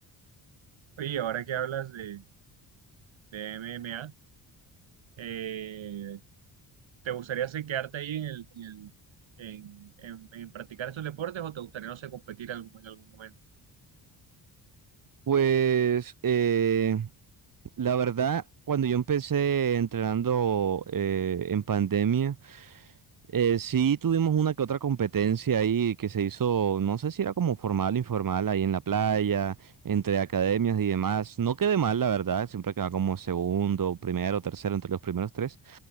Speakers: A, on the right (about 65°); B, on the right (about 40°).
A: Oye, y ahora que hablas de, de MMA, eh, ¿te gustaría sí, quedarte ahí en el, en el- en- en- en practicar estos deportes o te gustaría, no sé, competir algún- en algún momento?
B: Pues eh, la verdad, cuando yo empecé entrenando eh, en pandemia, eh, sí, tuvimos una que otra competencia ahí que se hizo, no sé si era como formal o informal, ahí en la playa, entre academias y demás. No quedé mal, la verdad, siempre quedaba como segundo, primero, tercero, entre los primeros tres.